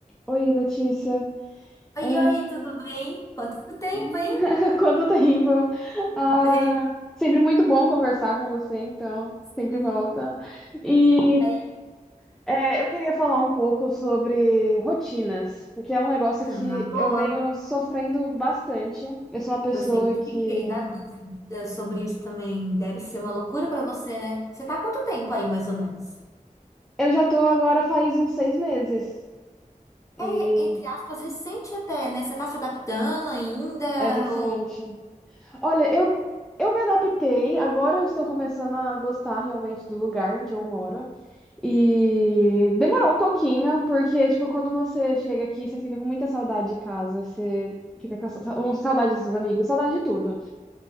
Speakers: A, in the centre; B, on the left.
A: Oi, Letícia.
B: Oi,
A: É,
B: oi, tudo bem? Quanto tempo,
A: <laughs>
B: hein?
A: Quanto tempo?
B: Quanto
A: Ah,
B: tempo,
A: sempre muito bom conversar com você, então, sempre
B: sim.
A: volta. E
B: E aí?
A: é, eu queria falar um pouco sobre rotinas, porque é um negócio
B: Ah,
A: que
B: na boa.
A: eu venho sofrendo bastante. Eu sou uma pessoa
B: Eu sempre
A: que.
B: fiquei na dúvida sobre isso também. Deve ser uma loucura pra você, né? Você tá há quanto tempo aí, mais ou menos?
A: Eu já tô agora faz uns seis meses,
B: É,
A: e
B: entre aspas, recente até, né? Você tá se adaptando ainda?
A: é recente.
B: Ou
A: Olha, eu, eu me adaptei, agora eu estou começando a gostar realmente do lugar onde eu moro. E demorou um pouquinho, porque, tipo, quando você chega aqui, você fica com muita saudade de casa, você fica com sa- um- saudade dos seus amigos, saudade de tudo.